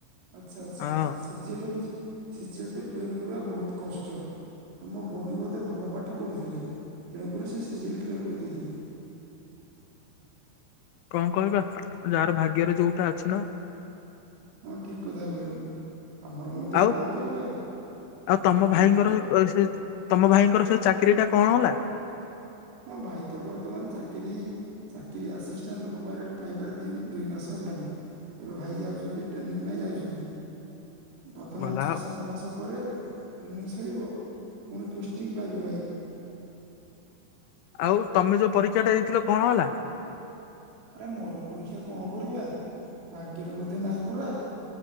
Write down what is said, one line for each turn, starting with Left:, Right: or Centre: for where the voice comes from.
Right: ଆଚ୍ଛା ଆଚ୍ଛା
Left: ହଁ
Right: ଆଚ୍ଛା। ସି ସି ଜି ଏଲ୍ ହଉଚି ସି ଜି ଏଲ୍ ତ କ୍ଲିୟର କରିବା ବହୁତ୍ କଷ୍ଟ। ତମ ଭଉଣୀ ବୋ ଧେ ଭଲ ପାଠ ପଢୁଥିଲେ। ତେଣୁକରି ସେ ସି ଜି ଏଲ୍ କ୍ଲିୟର କରିଦେଇଥିଲେ।
Left: କଣ କହିବା ଯାହାର ଭାଗ୍ୟର ଯୋଉଟା ଅଛି ନା।
Right: ହଁ ଠିକ୍ କଥା କହିଲ। ଆମର ମଧ୍ୟ
Left: ଆଉ
Right: କଣ କରିବା।
Left: ଆଉ ତମ
Right: କଣ କହିଲେ?
Left: <unintelligible> ତମ ଭାଇଙ୍କର ସେ ଚାକିରି ଟା କଣ ହେଲା?
Right: ହଁ ଭାଇ ତ ବର୍ତ୍ତମାନ ଚାକିରି ଚାକିରି ଆସିଷ୍ଟାଣ୍ଟ ଲୋକ ପାଇଲଟ୍ ପାଇବାର ଦି ଦୁଇ ମାସ ହେଲାଣି। ଏବେ ଭାଇ ଯାଉଚନ୍ତି ଟ୍ରେନିଂ ପାଇଁ ଯାଉଛନ୍ତି। ବର୍ତ୍ତମାନ
Left: ଗଲା
Right: ଛଅ
Left: ଆଉ
Right: ସାତ ମାସ ପରେ ଟ୍ରେନିଂ ସରିବ। ପୁଣି ପୋଷ୍ଟିଂ ପାଇବେ ଭାଇ।
Left: ଆଉ ତମେ ଯୋଉ ପରୀକ୍ଷା ଟା ଦେଇଥିଲ କଣ ହେଲା?
Right: ଆରେ ମୋର ପରୀକ୍ଷା କଣ କରିବା, ଭାଗ୍ୟର ବୋଧେ ନାହିଁ ପରା।